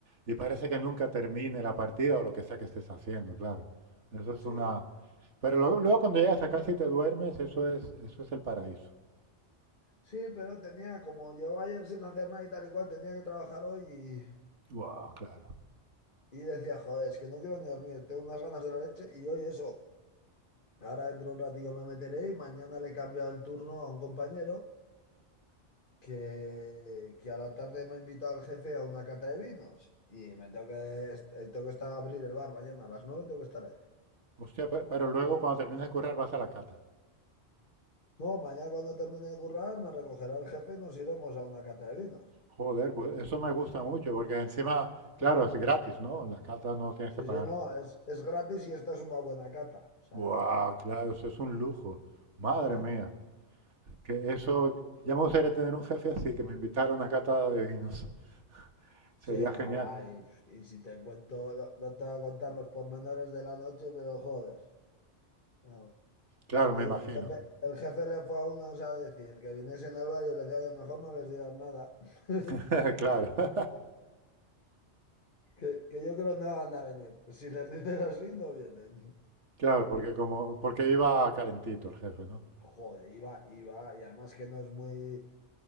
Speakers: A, on the right (about 85°); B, on the left (about 45°).
A: y parece que nunca termine la partida o lo que sea que estés haciendo, claro. Eso es
B: Sí,
A: una...
B: sí.
A: Pero luego, luego cuando llegas a casa y te duermes, eso es, eso es el paraíso.
B: Sí, pero tenía, como llevaba ayer sin hacer nada y tal y cual, tenía que trabajar hoy
A: Wow, claro.
B: y, y decía, joder, es que no quiero ni dormir, tengo unas ganas de la leche y hoy eso. Ahora dentro de un ratillo me meteré y mañana le he cambiado el turno a un compañero. que, que a la tarde me ha invitado el jefe a una cata de vinos y me tengo que, est- eh, tengo que estar a abrir el bar mañana a las nueve tengo que estar ahí.
A: Hostia, pe- pero luego cuando terminas de currar vas a la cata.
B: No, mañana cuando termine de currar me recogerá el jefe y nos iremos a una cata de vinos.
A: Joder, pues eso me gusta mucho porque encima, claro,
B: <laughs>
A: es gratis, ¿no? En la cata no tienes
B: Sí,
A: que pagar
B: sí, no, es, es gratis y esta es una buena cata. O sea,
A: Wow, claro, eso es un lujo. Madre
B: sí. eh,
A: mía, que eso, ya me gustaría tener un jefe así, que me invitara a una cata de vinos. <laughs> Sería
B: Sí, no,
A: genial.
B: va, y, y si te cuento, no, no te voy a contar los pormenores de la noche, pero joder. No.
A: Claro,
B: Ya te
A: me imagino.
B: digo, el jefe, el jefe le fue a unos a decir que viniesen al barrio y le decía, "Oye, mejor no les digas nada. <laughs>
A: <laughs> Claro, <laughs>
B: Que, que yo creo no van a venir. Si les dices así, no vienen.
A: claro, porque como, porque iba calentito el jefe, ¿no?
B: Joder, iba, iba, y además que no es muy.